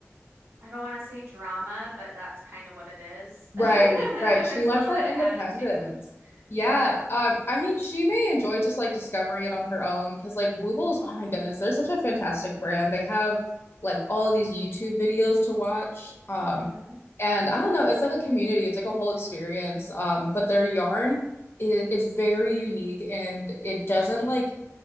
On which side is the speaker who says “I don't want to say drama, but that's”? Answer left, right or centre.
Right